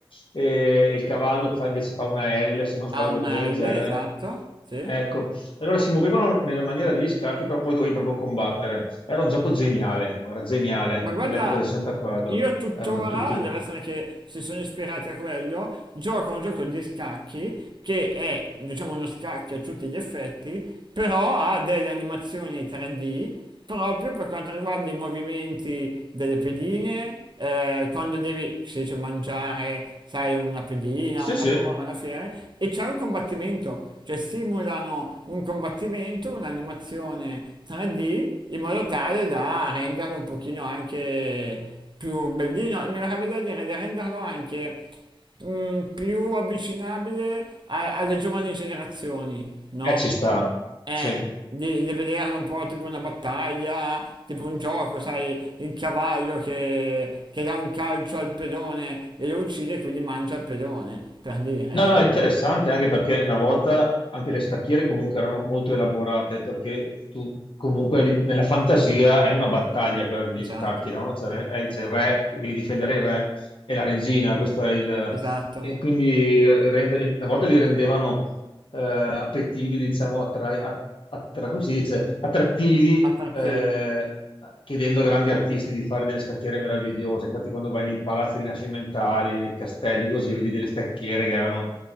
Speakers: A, on the left (about 65°); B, on the right (about 55°).
A: e il cavallo fa, invece fa una L, se non
B: Ha
A: sbaglio
B: una
A: qualcosa del
B: L,
A: genere.
B: esatto, sì.
A: Ecco, allora si muovevano nella maniera degli scacchi, però poi dovevi proprio combattere. Era un gioco geniale, guarda, geniale,
B: Ma guarda,
A: dell'epoca del 64.
B: Io tuttora,
A: Erano tutti.
B: deve essere che si sono ispirati a quello, gioco a un gioco di scacchi che è, diciamo, uno scacchi a tutti gli effetti, però ha delle animazioni 3D proprio per quanto riguarda i movimenti delle pedine, eh, quando devi, si dice, mangiare, sai, una pedina,
A: Sì,
B: una
A: sì,
B: torre, una fiera, e c'è un combattimento, cioè simulano un combattimento, un'animazione 3D, in modo tale da renderlo un pochino anche più bellino, mi verrebbe da dire di renderlo anche mm, più avvicinabile a- alle giovani generazioni, no?
A: eh, ci sta.
B: Eh,
A: Sì.
B: di, di vederlo un po' tipo una battaglia, tipo un gioco, sai, il cavallo che, che dà un calcio al pedone e lo uccide e quindi mangia il pedone, per dire,
A: No,
B: ecco,
A: no, è interessante anche perché una volta anche le scacchiere comunque erano molto elaborate perché tu comunque lì- nella fantasia è una battaglia quella degli
B: esatto,
A: scacchi, no? Cioè, è- c'è il re, devi difendere il re e la regina, questo è il...
B: esatto,
A: E quindi rende- una volta li rendevano eh, appetibili, diciamo, attra- att- attra- come si dice? attrattivi,
B: attrattivi.
A: eh, chiedendo a grandi artisti di fare delle scacchiere meravigliose. Infatti, quando vai nei palazzi rinascimentali, nei castelli, così vedi delle scacchiere che erano,